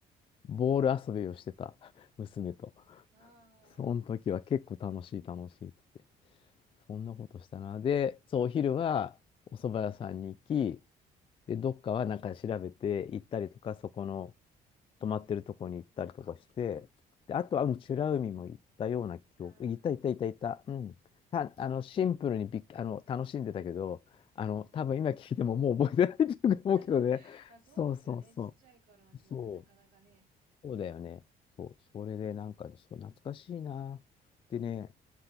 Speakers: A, on the left; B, on the right.
A: ボール遊びをしてた <laughs> 娘と。
B: ああ、
A: その時は結構楽しい楽しいっつって、そんなことしたな。で、そう、お昼はお蕎麦屋さんに行き、で、どっかはなんか調べて行ったりとか、そこの泊まってるとこに行ったりとかして、で、あとは、うん、美ら海も行ったような記憶、
B: うんうん。ああ。
A: 行った行った行った行った、うん。た、あの、シンプルにびっ、あの、楽しんでたけど、あの、
B: <laughs>
A: 多分今聞いてももう覚えてないというか思うけどね。
B: <laughs> まあ、そうですよね。
A: そうそうそ
B: ちっちゃい頃の記憶なかなかね。
A: う。そう、そうだよね。そう、それでなんか、そう、懐かしいな。でね、